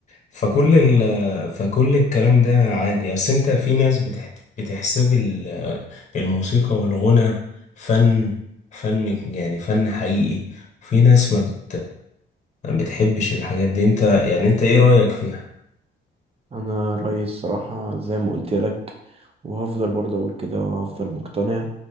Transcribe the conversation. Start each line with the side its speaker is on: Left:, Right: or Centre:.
Left: فكل ال فكل الكلام ده عادي أصل أنت في ناس بتح بتحسب ال- الموسيقى والغنى فن فن يعني فن حقيقي في ناس ما بت ما بتحبش الحاجات دي أنت يعني أنت إيه رأيك فيها؟
Right: أنا رأيي الصراحة زي ما قلت لك وهفضل برضه أقول كده وهفضل مقتنع